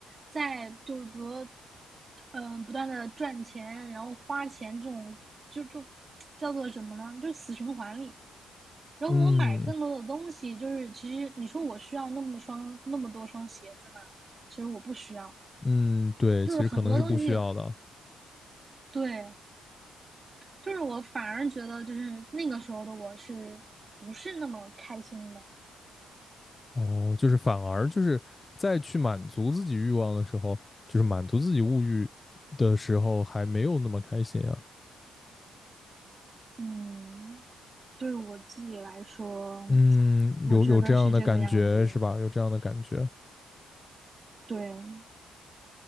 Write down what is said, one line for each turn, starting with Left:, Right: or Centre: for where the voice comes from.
Right: 在就是比如说，嗯、不断的赚钱，然后花钱这种就就叫做什么呢？就死循环里。然后我买更多的东西，
Left: 嗯
Right: 就是其实你说我需要那么双那么多双鞋子吗？其实我不需要，
Left: 嗯，对，
Right: 就是很多东西，
Left: 其实可能是不需要的。
Right: 对，就是我反而觉得就是那个时候的我是不是那么开心的，
Left: 哦，就是反而就是在去满足自己欲望的时候，就是满足自己物欲的时候，还没有那么开心啊。
Right: 嗯。对我自己来说，
Left: 嗯，
Right: 我觉得是这个样子。
Left: 有有这样的感觉是吧？有这样的感觉，
Right: 对，